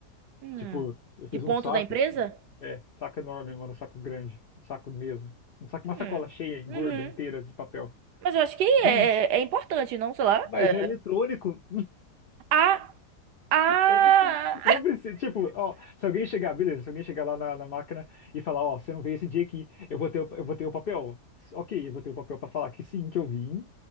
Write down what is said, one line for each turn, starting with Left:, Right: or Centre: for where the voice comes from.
Right: Hum.
Left: Tipo, eu fiz
Right: De ponto
Left: um saco.
Right: da empresa?
Left: É, saco enorme, mano. um Saco grande. um Saco mesmo. Um saco, uma
Right: Hum.
Left: sacola cheia,
Right: Uhum.
Left: gorda, inteira de papel.
Right: Mas eu acho que é,
Left: Não,
Right: é é importante, não? Sei lá.
Left: mas
Right: É.
Left: é eletrônico.
Right: Ah, ah,
Left: Ele entrou. Eu não pensei, tipo, ó, se alguém chegar, beleza, se alguém chegar lá na, na máquina e falar, ó, você não veio esse dia aqui, eu vou ter, o- eu vou ter o papel. Ok, eu vou ter o papel pra falar que sim, que eu vim